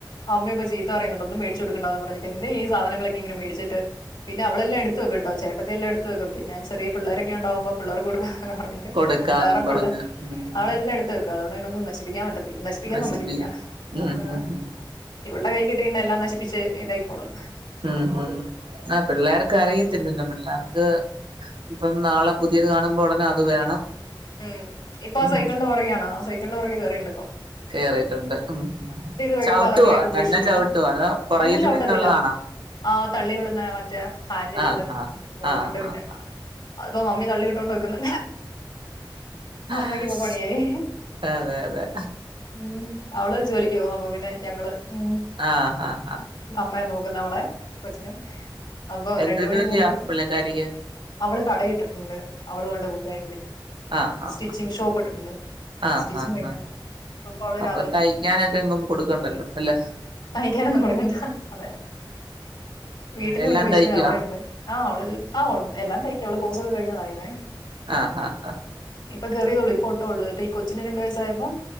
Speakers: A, on the left (about 65°); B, on the right (about 75°).
A: അമ്മയിപ്പം ചീത്ത പറയുന്നുണ്ട്, ഒന്നും മേടിച്ചു കൊടുക്കണ്ടാന്ന് പറഞ്ഞിട്ട്. എന്ത് ചെയ്യും? സാധനങ്ങളൊക്കെയിങ്ങനെ മേടിച്ചിട്ട് പിന്നെ അവളെല്ലാം എടുത്ത് വെക്കുംട്ടോ, ചേട്ടത്തി എല്ലാം എടുത്ത് വെക്കും. പിന്നെ ചെറിയ പിള്ളേരൊക്കെ ഒണ്ടാവുമ്പം പിള്ളേർക് കൊടുക്കാ ഹ്
B: കൊടുക്കാന്നും
A: വേറെപ്പള്ളെ
B: പറഞ്ഞ് ഉം
A: അവളെല്ലാം എടുത്ത് വെക്കും അതുകൊണ്ട് പിന്നെ ഒന്നും നശിപ്പിക്കാൻ പറ്റത്ത് നശിപ്പിയ്ക്കാൻ
B: നശിപ്പിക്കും
A: സമ്മയ്ക്കത്തില്ല.
B: ഉം
A: ആ
B: ഉം ഉം
A: ഇവൾടെ കയ്യി കിട്ടിയിണ്ടേ എല്ലാം നശിപ്പിച്ച് ഏതാ ഈ കൊടം?
B: ഉം ഉം ആ പിള്ളേർക്ക് അറിയത്തില്ലല്ലോ പിള്ളേർക്ക് ഇപ്പം നാളെ പുതിയത് കാണുമ്പോളുടനെ അത് വേണം.
A: ഉം ഇപ്പൊ ആ
B: ഉം
A: സൈക്കൾന്റെ പുറകെയാണ്. ആ സൈക്കൾന്റെ പുറകെ കേറീണ്ട് ഇപ്പോ
B: കേറീട്ടുണ്ട്. ഉം
A: കഴിയുമ്പോ
B: ചവുട്ടുവോ
A: അതങ്ങനെ ഉപേക്ഷിച്ചിട്ട്
B: തന്നെ ചവുട്ടോ
A: പോകും
B: അതോ, പൊറകിലും
A: തന്നെ ചവിട്ടത്തില്ല
B: ഇത് ള്ളതാണാ
A: ആ തള്ളി വിടുന്നയാ, മറ്റേ ഹാൻഡിലുള്ളെ
B: ആഹ് ആഹ്
A: അതും
B: ആഹ്
A: കൊണ്ട് പിന്നെ
B: ആഹ്
A: അത്പ്പം മമ്മി തള്ളിവിട്ടോണ്ട് നിക്ക്ന്ന്.
B: ആഹ്
A: അമ്മയ്ക്കിപ്പൊ പണിയായി.
B: അതെ അതെ
A: ഉം, അവള് ജോലിയ്ക്ക് പോകുമ്പൊ പിന്നെ ഞങ്ങള് ഉം
B: ആ ആ ആ
A: അമ്മയാ നോക്കുന്നെ അവളെ, കൊച്ചിനെ, അപ്പോ
B: എന്ത്
A: രണ്ട് മണി
B: ജോലിയാ
A: മൂന്ന് മണി
B: പുള്ളിക്കാരിക്ക്
A: അവള് കടയിട്ട്ട്ട്ണ്ട്, അവളും അവളുടെ കൂട്ടുകാരും കൂടി.
B: ആ ആ
A: സ്റ്റിച്ചിങ്
B: ആ
A: ഷോപ്പ് ഇട്ടിട്ടുണ്ട്
B: ആ
A: സ്റ്റിച്ചിങ്
B: ഹാ
A: കഴിഞ്ഞാണ്
B: ഹാ
A: അവള്
B: അപ്പൊ
A: രാവിലെ
B: തയ്ക്കാനൊക്കെങ്ങും കൊടുക്കണ്ടല്ലോ? അല്ലെ?
A: തയ്ക്കാനൊന്നും കൊടുക്കണ്ട. അതെ, വീട്ടിലുണ്ട്
B: എല്ലാം
A: മിഷൻ,
B: തയ്ക്കുവാ
A: അവിടെയുണ്ട്. ആ അവളെൽ ആ എല്ലാം തയ്ക്കും. അവള് കോഴ്സൊക്കെ കഴിഞ്ഞതായിരുന്നെ.
B: ആഹ് ആഹ് ആഹ്.
A: ഇപ്പൊ കേറിയേള്ളൂ, ഇപ്പോട്ടേള്ളൂ ഇപ്പോ ഈ കൊച്ചിന് രണ്ടു വയസ്സായപ്പം,